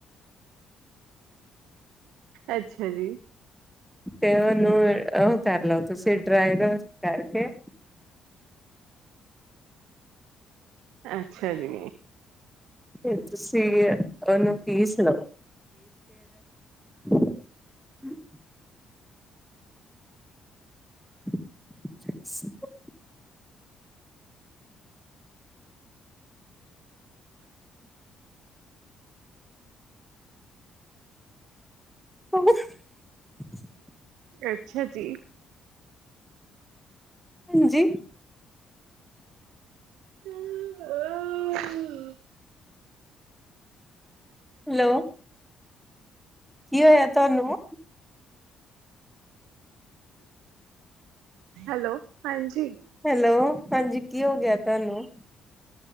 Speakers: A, on the right (about 80°); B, in the centre.
A: ਅੱਛਾ ਜੀ
B: ਤੇ ਉਹਨੂੰ ਉਹ ਕਰ ਲ ਤੁਸੀਂ ਡਰਾਈ ਰੋਸ ਕਰਕੇ
A: ਅੱਛਾ ਜੀ
B: ਫੇਰ ਤੇ ਸਹੀ ਏ। ਉਹਨੂੰ ਕੀ ਸੁਣਾਓ? <unintelligible> <inaudible> <inaudible>
A: ਅੱਛਾ ਜੀ
B: ਹਾਂਜੀ
A: <unintelligible>
B: ਹੈਲੋ ਕੀ ਹੋਇਆ ਤੁਹਾਨੂੰ
A: ਹੈਲੋ ਹਾਂਜੀ
B: ਹੈਲੋ ਹਾਂਜੀ ਕੀ ਹੋ ਗਿਆ ਤੁਹਾਨੂੰ